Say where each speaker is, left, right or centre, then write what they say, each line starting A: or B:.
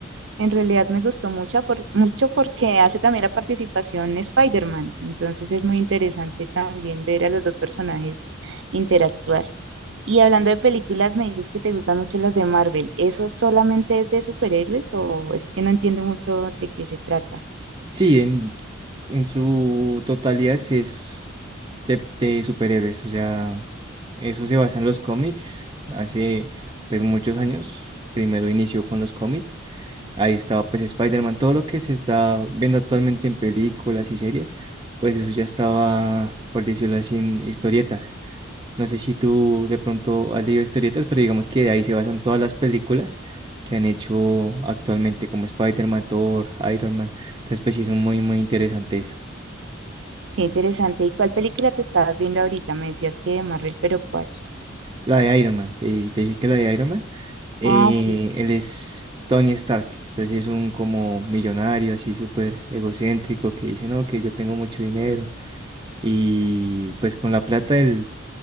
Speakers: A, on the right; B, on the right.
A: En realidad me gustó mucho, por- mucho porque hace también la participación Spider-Man. Entonces es muy interesante también ver a los dos personajes interactuar. Y hablando de películas, me dices que te gustan mucho las de Marvel. ¿Eso solamente es de superhéroes o es que no entiendo mucho de qué se trata?
B: Sí, en, en su totalidad sí es de, de superhéroes, o sea, eso se basa en los cómics, hace pues muchos años, primero inició con los cómics. Ahí estaba pues Spider-Man, todo lo que se está viendo actualmente en películas y series, pues eso ya estaba, por decirlo así, en historietas. No sé si tú de pronto has leído historietas, pero digamos que de ahí se basan todas las películas que han hecho actualmente, como Spider-Man, Thor, Iron Man. Entonces pues sí es muy, muy interesante eso.
A: Qué interesante. ¿Y cuál película te estabas viendo ahorita? Me decías que de Marvel, pero ¿cuál?
B: La de Iron Man, te, te dije que la de Iron Man, eh,
A: Ah, sí.
B: él es Tony Stark, entonces es un como millonario así súper egocéntrico que dice, no, que yo tengo mucho dinero y pues con la plata él,